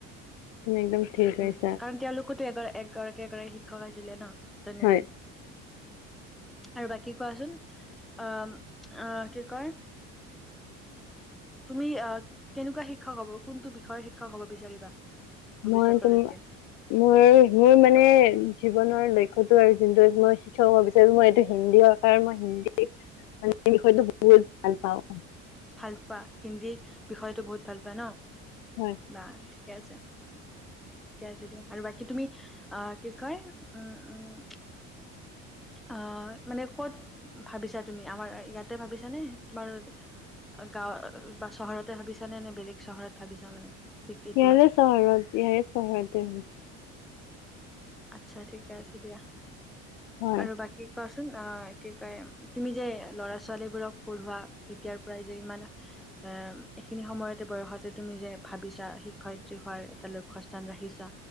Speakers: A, on the left; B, in the centre.
A: তুমি একদম ঠিক কৈছা
B: উম', কাৰণ তেওঁলোকতো এ-এগৰাক একগৰাকী শিক্ষক আছিলে ন? এজন-এজন।
A: হয়
B: আৰু বাকী কোৱাচোন? অম-অহ, কি কয়? তুমি অহ, কেনেকোৱা শিক্ষক হব, কোনটো বিষয়ৰ শিক্ষক হব বিচাৰিবা? ভৱিষ্যতলৈকে
A: মই তুম মোৰ-মোৰ মানে জীৱনৰ লক্ষ্যটো আৰু যোনটো মই শিক্ষক বিচাৰোঁ। মই এইটো হিন্দী ভাষাৰ মই হিন্দী মানে, বিষয়টো বহুত ভাল পাওঁ।
B: ভাল পোৱা, হিন্দী বিষয়টো বহুত ভাল পোৱা ন'?
A: হয়
B: বা! ঠিকে আছে। ঠিকে আছে দিয়া আৰু বাকী তুমি আঁ কি কয়! উম! উম! আঁ মানে, ক'ত ভাবিছা তুমি আমাৰ ইয়াত? তাতে ভাবিছা নে তোমাৰ? গাঁও‌ বা চহৰতে ভাবিছা নে? নে বেলেগ চহৰত ভাবিছা মানে? ঠিক এইটো
A: ইয়াৰে চহৰত ইয়াৰে চহৰতে ভাবিছোঁ।
B: আচ্ছা! ঠিকে আছে দিয়া।
A: হয়
B: আৰু বাকী ক'? অ'! কি কয়, তুমি যে ল'ৰা ছোৱালী বোৰক পঢ়োৱা, এতিয়াৰ পৰাই যে, ইমান এ, এইখিনি সময়তে বয়সতে তুমি যে ভাবিছা, শিক্ষয়িত্ৰী হোৱাৰ এটা লক্ষ্যস্থান ৰাখিছা।